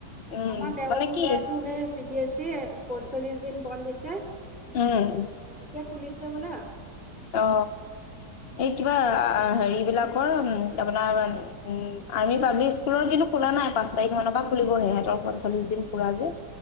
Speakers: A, on the left (about 60°); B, in the centre.
A: উম
B: আমাৰ দেওৰতো
A: মানে কি
B: ল'ৰাটো সেই চি বি এছ ই পঞ্চল্লিছ দিন বন্ধ দিছে
A: উম
B: এতিয়া খুলিছে হ'বলা।
A: অ। এই কিবা আ হেৰি বিলাকৰ আপোনাৰ উম আৰ্মি পাব্লিক স্কুলৰ কিন্তু- খোলা নাই পাঁচ তাৰিখৰ পৰা খুলিব সিহঁতৰখন চল্লিশ দিন পুৰা যে।